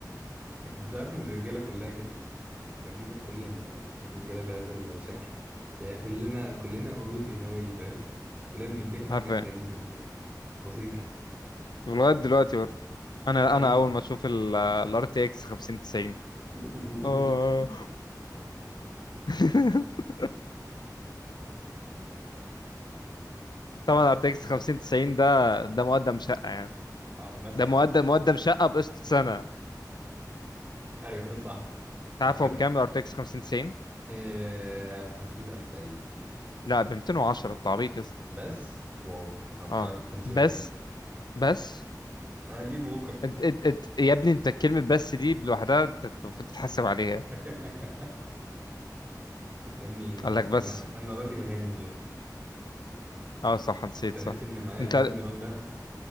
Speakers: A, on the right; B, on the left.
A: انت عارف ان الرجاله كلها كده تقريبا كل ال- الرجاله بهذا الشكل يعني كلنا كلنا قرود انوي فاهم كلنا بننبهر بحاجات
B: عارفين
A: غريبه جدا بسيطه
B: ولغايه دلوقتي برضه انا
A: ايوه
B: انا اول ما اشوف الار تي اكس 5090
A: <laughs>
B: آه. <laughs> طبعا ار تي اكس 5090 ده ده مقدم شقه يعني
A: اه مثلا
B: ده مقدم مقدم شقه بقسط سنه
A: ايوه صح
B: عارف
A: عندك
B: هو بكام الار تي اكس 5090
A: آه، ب 500 الف تقريبا
B: لا ب 210 انت عبيط يا اسطى
A: بس واو انا افتكرت
B: اه
A: 500
B: بس
A: وي
B: بس
A: انا هجيبه بكره
B: انت انت انت يا ابني انت كلمة بس دي لوحدها انت المفروض تتحاسب عليها
A: <laughs> يا ابني انا
B: قال لك بس
A: انا انا راجل غني دلوقتي
B: اه صح نسيت
A: انت
B: صح
A: ناسي ان معايا
B: انت
A: 2 جرام دهب